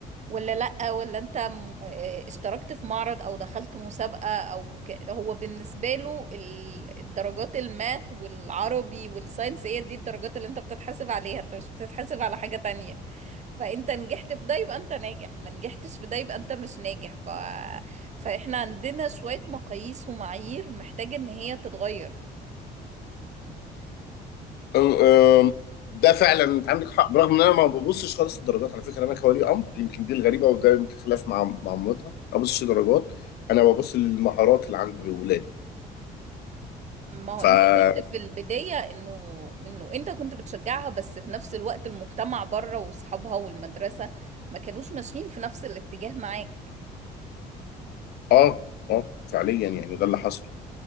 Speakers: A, on the right; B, on the left.
A: ولا لأ ولا انت م- آه، اشتركت في معرض او دخلت مسابقة او ك... هو بالنسبة له ال- الدرجات الماث والعربي والساينس هي دي الدرجات اللي انت بتتحاسب عليها انت مش بتتحاسب على حاجة تانية فانت نجحت في ده يبقى انت ناجح ما نجحتش في ده يبقى انت مش ناجح ف... فاحنا عندنا شوية مقاييس ومعايير محتاجة ان هي تتغير
B: أم- أم، ده فعلا انت عندك حق برغم ان انا ما ببصش خالص الدرجات على فكره انا كولي امر يمكن دي الغريبه وده يمكن خلاف مع مع مامتها ما ببصش درجات انا ببص للمهارات اللي عند ولادي
A: ما هو
B: فا
A: انت قلت في البداية انه انه انت كنت بتشجعها بس في نفس الوقت المجتمع بره واصحابها والمدرسة ما كانوش ماشيين في نفس الاتجاه معاك
B: اه اه فعليا يعني ده اللي حصل